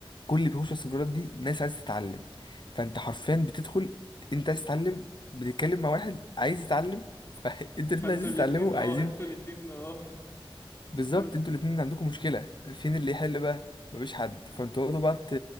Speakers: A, on the left (about 55°); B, on the left (about 30°).
A: كل اللي بيخش على السيرفرات دي ناس عايز تتعلم فانت حرفيا بتدخل انت عايز تتعلم بتتكلم مع واحد عايز يتعلم فانت <laughs> الاتنين
B: فانتوا
A: عايزين
B: الاتنين
A: تتعلموا
B: اه
A: عايزين
B: انتوا الاتنين اه <laughs>
A: بالظبط
B: فهمت.
A: انتوا الاتنين عندكم مشكلة فين اللي يحل بقى مفيش حد
B: مم.
A: فانتوا اقعدوا بقى ت...